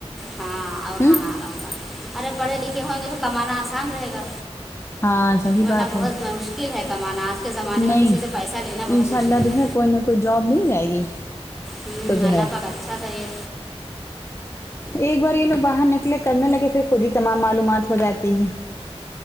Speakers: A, in the centre; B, on the left (about 25°).
A: ہاں اور
B: ہوں
A: ہان <unintelligible> اگر پڑھے لکھے ہوں ینگنے تو کمانا آسان رہے گا
B: ہاں صحیح
A: ورنہ
B: بات
A: بہت
B: ہے
A: مہ مشکل ہے کمانا آج کے زمانے
B: نہیں
A: میں کسی سے پیسہ لینا بہت
B: ان شاء
A: مشکل
B: اللہ جو
A: ہے
B: کوئی نہ کوئی جاب مل جائے گی
A: ہوں
B: تو جو
A: الله
B: ہے
A: پاک اچھا کرے
B: ایک بار یہ لوگ باہر نکلے کرنے لگے پھر خود ہی تمام معلومات ہو جاتی ہیں